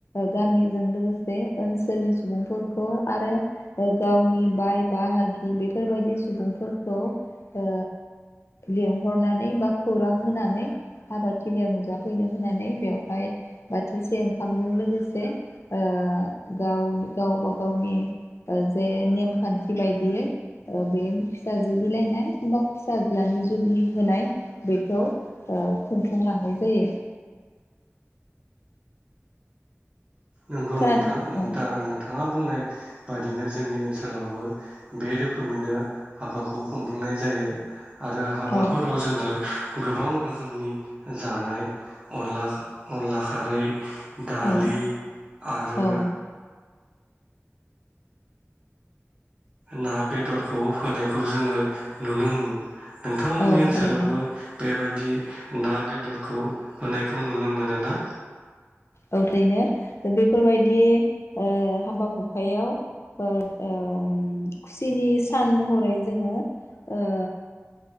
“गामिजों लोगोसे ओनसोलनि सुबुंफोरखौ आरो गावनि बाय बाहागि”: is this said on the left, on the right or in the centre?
Left